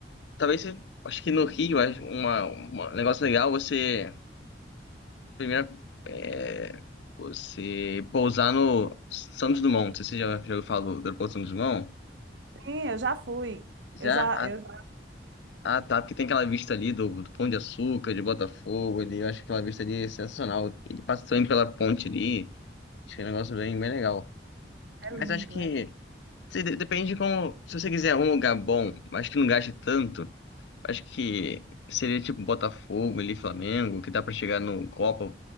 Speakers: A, on the left; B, on the right.
A: talvez você- acho que no Rio acho uma, uma- um negócio legal você primeiro é, você pousar no Santos Dumont, não sei se você já, já ouviu falar do do aeroporto Santos Dumont?
B: Sim, eu já fui.
A: Já?
B: Eu já,
A: Ah,
B: eu já...
A: ah, tá, porque tem aquela vista ali do, do Pão de Açúcar, de Botafogo, ali, eu acho que aquela vista ali é sensacional. Ele passa também pela ponte ali, acho que é um negócio bem, bem legal.
B: É
A: Mas
B: lindo,
A: acho que
B: é lindo.
A: se- de- depende de como, se você quiser um lugar bom, mas que não gaste tanto. Acho que seria tipo Botafogo ali, Flamengo, que dá pra chegar no Copa,